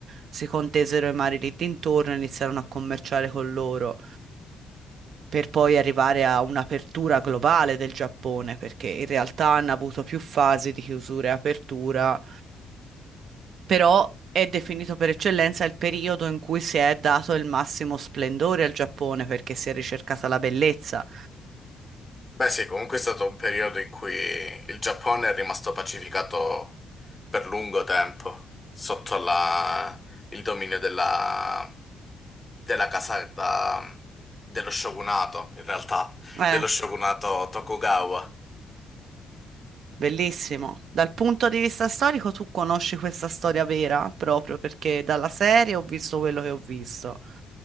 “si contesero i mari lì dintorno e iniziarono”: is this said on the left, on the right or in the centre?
Right